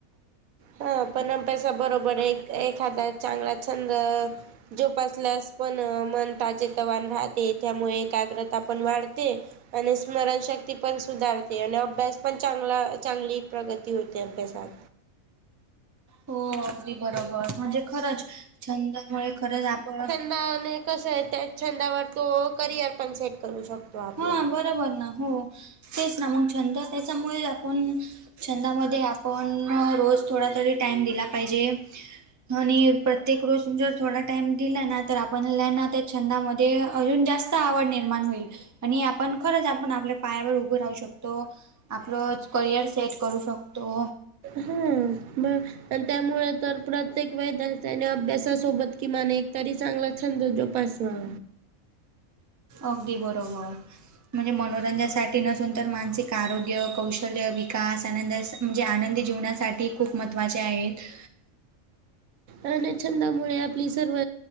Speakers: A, on the right; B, on the right.
A: हं... पण तसं बरोबर हे... एक एखादा चांगला छंद जोपासल्यास पण... मन ताजेतवान राहते... त्यामुळे एकाग्रता पण वाढते आणि स्मरणशक्ती पण सुधारते आणि अभ्यास पण चांगला... चांगली प्रगती होते अभ्यासात.
B: हो अगदी बरोबर.... म्हणजे खरंच, छंदमुळे खरंच आपण
A: ने <unintelligible> कसं आहे, त्या छंदावर तो करिअर पण सेट करू शकतो आपलं.
B: हा बरोबर ना, हो तेच ना, मग छंद त्याच्यामुळे आपण- छंदामध्ये आपण रोज थोडा तरी टाइम दिला पाहिजे. आणि प्रत्येक रोज जर थोडा टाइम दिला ना- तर आपणला ना, त्या छंदामध्ये अजून जास्त आवड निर्माण होईल. आणि आपण खरंच आपण आपल्या पायावर उभं राहू शकतो. आपलच करिअर सेट करू शकतो.
A: <unintelligible> अनं त्यामुळे तर, प्रत्येक विद्यार्थ्यांने अभ्यासासोबत किमान एकतरी चांगला छंद जोप- साव.
B: अगदी बरोबर, म्हणजे मनोरंजासाठी नसुन- तर मानसिक आरोग्य, कौशल्य, विकास, आनंद म्हणजे आनंदी जीवनासाठी खूप महत्त्वाचे आहेत.
A: आणि छंदामुळे आपली सर्व-